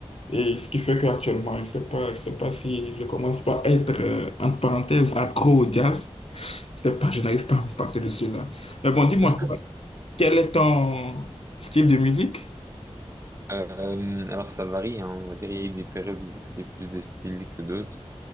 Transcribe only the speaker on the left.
Et ce qui fait qu'actuellement, je sais pas, je sais pas si je commence pas à être, euh, entre parenthèses, accro au jazz. Je sais pas, je n'arrive pas à me passer de celui-là. Mais bon, dis-moi,
toi, quel est ton style de musique?